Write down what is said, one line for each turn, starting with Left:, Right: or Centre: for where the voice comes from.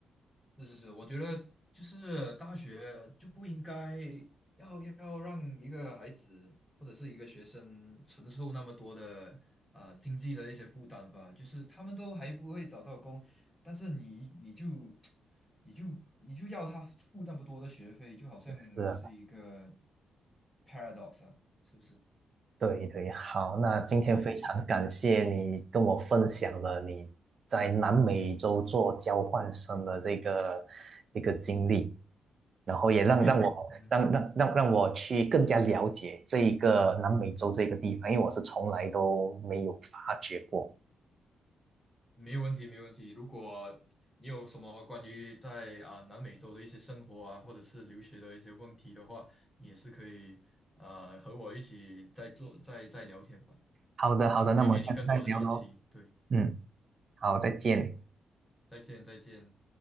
Centre: 是是是，我觉得就是大学就不应该要要让一个孩子或者是一个学生承受那么多的啊、呃经济的一些负担吧。就是他们都还不会找到工，但是你你就你就你就要他付那么多的学费，就好像是一个
Right: 是啊
Centre: paradox 啊，是不是？
Right: 对对，好，那今天非常感谢你跟我分享了你在南美洲做交换生的这个一个经历，
Centre: 对对，
Right: 然后也让让我让让让让我去更加了解这一个南美洲这个地方，
Centre: 没有，嗯哼
Right: 因为我是从来都没有发觉过。
Centre: 没有问题，没有问题。如果你有什么关于在啊、南美洲的一些生活啊，或者是留学的一些问题的话，你也是可以呃和我一起再做再再聊天吧。
Right: 好的，好的，
Centre: 我可以给你更多的信息。
Right: 那么下次再聊喽。
Centre: 对，
Right: 嗯，好，再见。
Centre: 再见，再见。